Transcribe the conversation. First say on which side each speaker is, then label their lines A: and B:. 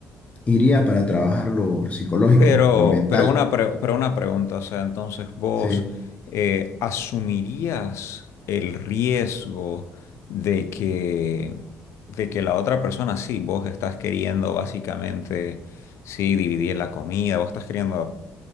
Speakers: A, on the left; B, on the left.
A: iría para trabajar lo psicológico,
B: Pero,
A: lo mental.
B: pero, una pre- pero una pregunta, o sea, entonces vos
A: Sí.
B: eh, asumirías el riesgo de que, de que la otra persona, sí, vos estás queriendo básicamente, sí, dividir la comida, vos estás queriendo,